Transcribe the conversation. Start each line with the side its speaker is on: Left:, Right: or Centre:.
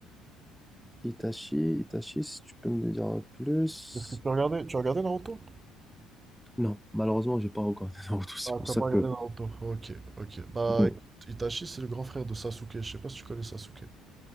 Centre: Itachi, Itachi, si tu peux me dire plus.
Right: Tu as regardé, tu as regardé Naruto?
Centre: Non, malheureusement, j'ai pas regardé <laughs> Naruto. C'est
Right: Ah,
Centre: pour
Right: tu
Centre: ça
Right: n'as pas
Centre: que
Right: regardé Naruto. Ok, ok. Bah,
Centre: bon,
Right: écoute, Itachi, c'est le grand frère de Sasuke. Je sais pas si tu connais Sasuke.